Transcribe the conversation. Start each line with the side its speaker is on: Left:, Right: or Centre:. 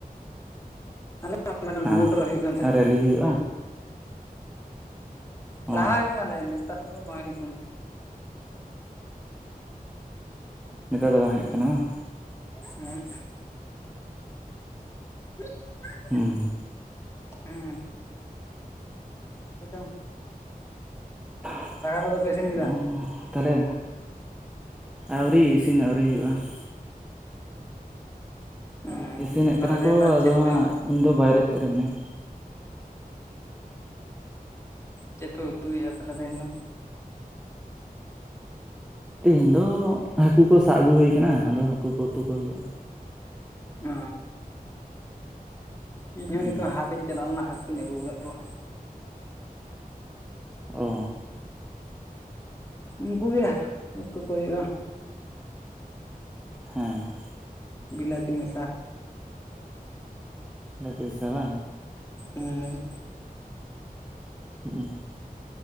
Left: ᱟᱞᱮ <unintelligible>
Centre: ᱦᱮᱸ
Left: ᱵᱳᱨᱰ ᱨᱮ ᱦᱳᱭᱳᱜ ᱠᱟᱱ ᱛᱟᱸᱦᱮᱫ
Centre: ᱟᱨ ᱨᱮᱞᱤ
Left: ᱾
Centre: ᱦᱩᱭᱩᱜᱼᱟ ᱚ
Left: ᱞᱟᱦᱟ ᱦᱩᱭᱩᱜ ᱠᱟᱱ ᱛᱟᱸᱦᱮ ᱱᱮᱛᱟᱨ ᱫᱚ ᱵᱟᱝ ᱦᱩᱭᱩᱜ ᱠᱟᱱᱟ ᱾
Centre: ᱱᱮᱛᱟᱨ ᱫᱚ ᱵᱟᱝ ᱦᱩᱭᱩᱜ ᱠᱟᱱᱟ ᱵᱟᱝ ᱾
Left: ᱮᱸᱦᱩᱜ, <inaudible>
Centre: ᱦᱩᱸ,
Left: ᱦᱩᱸ, ᱦᱮᱪᱚᱝ,
Centre: <inaudible>
Left: ᱠᱚᱫᱚ ᱯᱮ ᱤᱥᱤᱱ ᱠᱮᱫᱟ
Centre: ᱛᱟᱦᱚᱞᱮ ᱟᱹᱣᱨᱤ ᱤᱥᱤᱱ ᱟᱹᱣᱨᱤ ᱦᱩᱭᱩᱜᱼᱟ ᱾
Left: ᱚᱸ
Centre: ᱤᱥᱤᱱᱮᱫ
Left: ᱛᱟᱦᱚᱞᱮ
Centre: ᱠᱟᱱᱟ
Left: ᱛᱮᱦᱮᱧ
Centre: ᱠᱚ
Left: ᱫᱚ
Centre: ᱟᱫᱚ
Left: ᱪᱮᱫ
Centre: ᱦᱟᱸᱜ ᱤᱧ ᱫᱚ ᱵᱟᱭᱨᱮ ᱥᱮᱫ ᱨᱮ ᱢᱮᱱᱟᱹᱧᱟ ᱾
Left: ᱪᱮᱫᱯᱮ ᱩᱛᱩᱭᱮᱫᱼᱟ ᱛᱟᱦᱞᱮ ᱛᱮᱦᱮᱧ ᱫᱚ?
Centre: ᱛᱮᱦᱤᱧ ᱫᱚ ᱦᱟᱹᱠᱩ ᱠᱚ ᱥᱟᱵ ᱟᱹᱜᱩ ᱦᱩᱭ ᱟᱠᱟᱱᱟ ᱾ ᱟᱫᱚ ᱦᱟᱹᱠᱩ ᱠᱚ ᱩᱛᱩ ᱠᱚ ᱦᱩᱭᱩᱜᱼᱟ ᱾
Left: ᱚ ᱤᱧ ᱦᱚᱸ
Centre: ᱦᱩᱸ
Left: ᱱᱤᱛᱚᱜ ᱦᱟᱛᱤᱧ, ᱪᱟᱞᱟᱣ ᱞᱮᱱᱟ ᱦᱟᱹᱠᱩᱧ ᱟᱹᱜᱩ ᱟᱠᱟᱫ ᱠᱚᱣᱟ ᱾
Centre: ᱚ
Left: ᱩᱱᱠᱩ ᱜᱮ ᱩᱛᱩ ᱠᱚ ᱦᱩᱭᱩᱜᱼᱟ ᱾
Centre: ᱦᱮᱸ
Left: ᱵᱤᱞᱟᱹᱛᱤ ᱢᱮᱥᱟ,
Centre: ᱡᱟᱯᱤᱫ ᱥᱮ ᱵᱟᱝ,
Left: ᱦᱩᱸ,
Centre: ᱦᱩᱸᱜ,